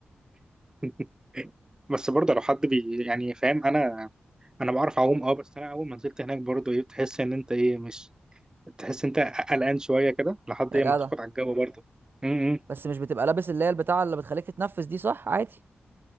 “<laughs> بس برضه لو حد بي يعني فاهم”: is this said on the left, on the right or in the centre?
Right